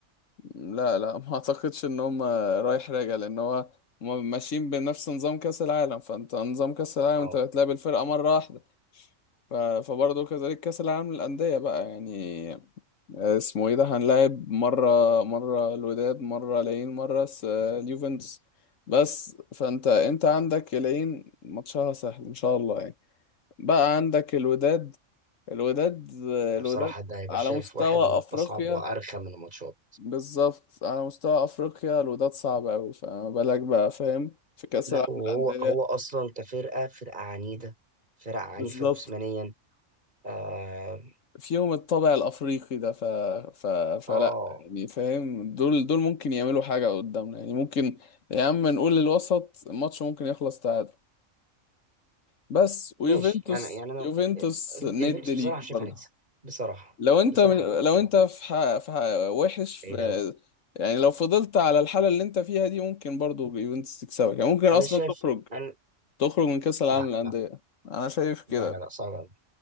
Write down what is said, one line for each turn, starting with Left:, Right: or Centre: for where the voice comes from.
Left: لا لا ما اعتقدش ان هم رايح راجع لان هو هم ماشيين بنفس نظام كاس العالم فانت نظام كاس العالم
Right: اه
Left: انت بتلعب الفرقه مره واحده ف... فبرضه كذلك كاس العالم للانديه بقى يعني آه، اسمه ايه ده هنلاعب مره مره الوداد مره العين مره س... اليوفنتوس بس فانت انت عندك العين ماتشها سهل ان شاء الله يعني بقى عندك الوداد الوداد آه،
Right: أنا
Left: الوداد
Right: بصراحة ده هيبقى
Left: على
Right: شايف
Left: مستوى
Right: واحد من
Left: افريقيا
Right: أصعب وأرخم من الماتشات
Left: بالظبط على مستوى افريقيا الوداد صعب قوي فما بالك بقى فاهم في كاس
Right: لا
Left: العالم
Right: وهو
Left: للانديه
Right: هو أصلا كفرقة فرقة عنيدة فرقة عنيفة
Left: بالظبط
Right: جسمانيا آه,
Left: فيهم الطابع الافريقي ده ف... ف... فلا
Right: آه
Left: يعني فاهم دول دول ممكن يعملوا حاجه قدامنا يعني ممكن يا عم نقول للوسط الماتش ممكن يخلص تعادل بس
Right: ماشي
Left: ويوفنتوس
Right: يعني يعني أنا
Left: يوفنتوس
Right: الإيفنتس
Left: ند ليك
Right: بصراحة شايف
Left: برضه
Right: هنكسب بصراحة
Left: لو انت
Right: بصراحة هتكسب.
Left: لو
Right: لا
Left: انت
Right: لا
Left: في ح... في ح... وحش في
Right: بعيد أوي
Left: يعني لو فضلت على الحاله اللي انت فيها دي ممكن برضه يوفنتوس تكسبك يعني ممكن
Right: أنا
Left: اصلا
Right: شايف
Left: تخرج
Right: أنا
Left: تخرج من كأس العالم
Right: لا
Left: للأندية
Right: لا
Left: أنا شايف كده
Right: لا لا, لا صعب أوي